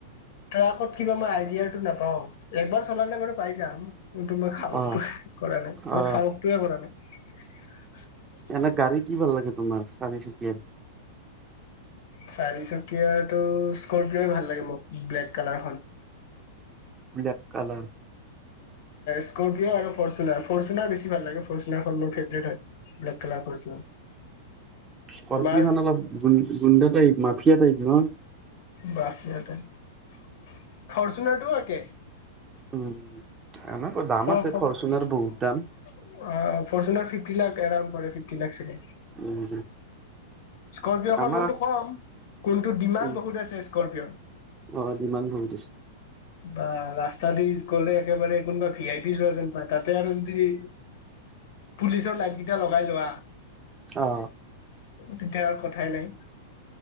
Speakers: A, on the left; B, on the right.
A: ট্ৰাকত কিবা মই আইডিয়াটো নাপাওঁ, একবাৰ চলালে ব পাই যাম, কিন্তু মই সাহসে
B: অ
A: কৰা নাই মই
B: অ
A: সাহসটোৱে কৰা নাই।
B: এনে গাড়ী কি ভাল লাগে তোমাৰ চাৰি চুকীয়াৰ
A: চাৰিচকীয়টো স্কপিঅ'য়ে ভাল লাগে মোক ব্লেক কালাৰখন।
B: Black colour.
A: স্কপিঅ আৰু ফৰ্চুনাৰ ফৰ্চুনাৰ বেছি ভাল লাগে, ফৰ্চুনাৰ মোৰ ফেভৰেট হয়। ব্লেক কালাৰ ফৰ্চুনাৰ
B: স্কৰ্পিঅ'
A: তোমাৰ
B: খন অলপ গু গুণ্ডা type, mafia type. Hello.
A: Mafia type. ফৰ্চুনাৰটো একে।
B: উম। এনেকৈ দাম
A: ফৰ
B: আছে
A: ফৰ
B: ফৰচুনাৰ
A: ফৰ্চুনাৰ
B: বহুত দাম।
A: ফিফতি লাখ এৰাউণ্ড পৰে ফিফতি লাখ চাগে।
B: উম
A: স্কপিঅ'খন
B: আমাৰ
A: কোনটো কম, কোনটো ডিমাণ্ড
B: উম,
A: বহুত আছে স্কপিঅৰ।
B: অ ডিমাণ্ড বহুত আছে
A: বা ৰাস্তা দি গলে একেবাৰে কোনোবা ভি আই পি চোৱা যেন পায় তাতে আৰু যদি পুলিচৰ লাইট কেইটা লগাই লোৱা
B: অঁ
A: তেতিয়া আৰু কথাই নাই